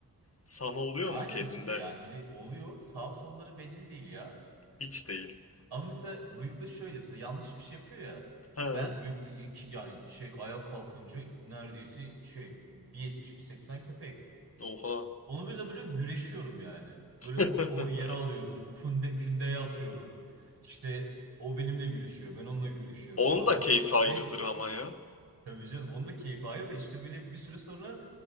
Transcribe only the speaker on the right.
Aynen
işte yani böyle oluyor. Sağ solları belli değil ya.
Ama mesela Rüyuk'ta şöyle mesela yanlış bir şey yapıyor ya.
Ben Rüyuk'ta yani şey ayağa kalkınca neredeyse şey bir yetmiş bir 1.80 köpek.
Onu böyle böyle güreşiyorum yani. Böyle
o yere alıyorum. Kunde, kündeye atıyorum. İşte o benimle güreşiyor. Ben onunla güreşiyorum
falan.
İşte
en,
tabii canım onun da keyfi ayrı da işte böyle bir süre sonra